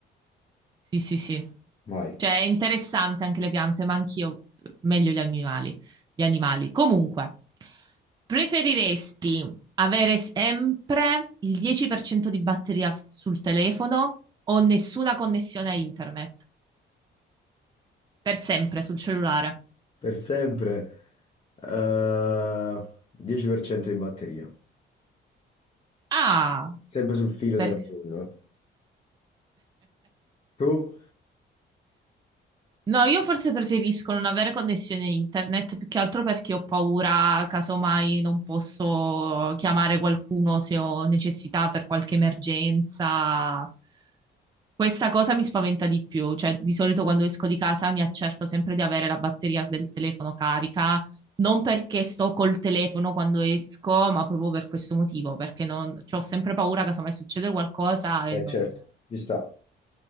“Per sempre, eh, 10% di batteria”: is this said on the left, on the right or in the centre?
Left